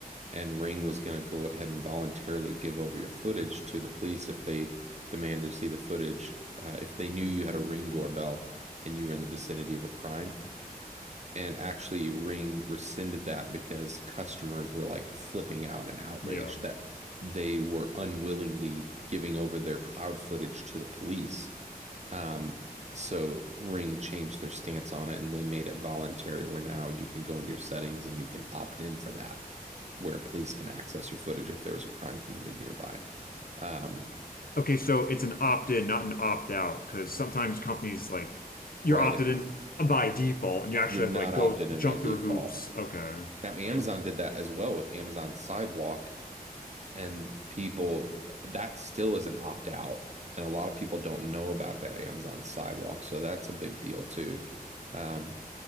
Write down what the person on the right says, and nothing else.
and Ring was going to go ahead and voluntarily give over your footage to the police if they demanded to see the footage, uh, if they knew you had a Ring doorbell and you were in the vicinity of a crime. And actually, Ring rescinded that because customers were like flipping out and outraged
that they were unwillingly giving over their cloud footage to the police um, so Ring changed their stance on it and they made it voluntary where now you can go into your settings and you can opt in for that, where police can access your footage if there was a crime committed nearby. Um,
right.
You're not
opted
in
by default.
Now, Amazon
did that as well with Amazon Sidewalk, and people that still is an opt out. And a lot of people don't know about that Amazon Sidewalk. So that's a big deal too. Um,